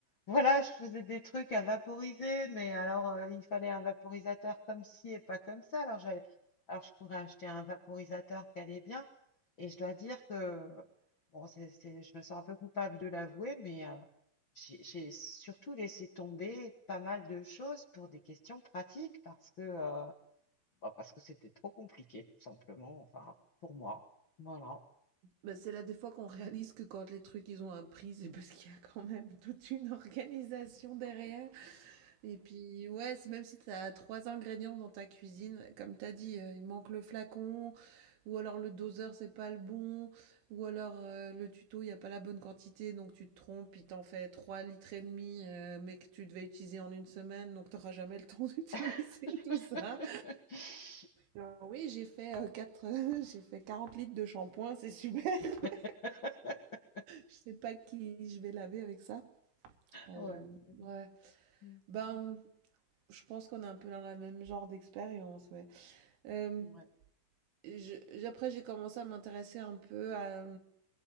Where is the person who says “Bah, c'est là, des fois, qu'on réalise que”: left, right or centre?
Right